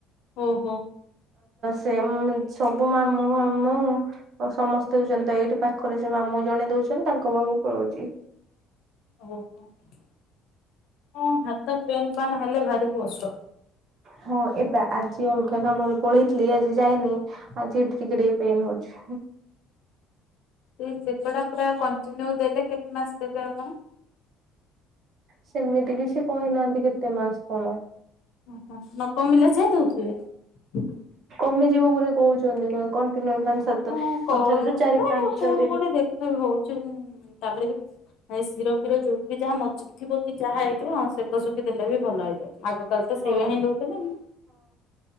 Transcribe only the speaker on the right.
ତେମିତି ସବୁ ମାମୁଁ ମାମୁଁ ସମସ୍ତେ ଦଉଛନ୍ତି ତ ଏଇଠି ପାଖରେ ସେ ମାମୁଁ ଜଣେ ଦଉଛନ୍ତି ତାଙ୍କ ପାଖକୁ ପଳଉଛି।
ହଁ ଏବା ଆଜି ଅଲ୍ଗା କାମରେ ପଳେଇଥିଲି ଆଜି ଯାଇନି । ଆଜି ଏଠି ଟିକେ ଟିକେ ପେନ୍ ହଉଚି । <unintelligible> ଛେ
ସେମିତି କିଛି କହିନାହାନ୍ତି କେତେ ମାସ କଣ ।
କମି ଯିବ ବୋଲି କହୁଛନ୍ତି ତ କ କଣ୍ଟିନ୍ୟୁ ପାଞ୍ଚ ସାତ
ତଥାପି
ପାଞ୍ଚ
ଦିନ
ହଁ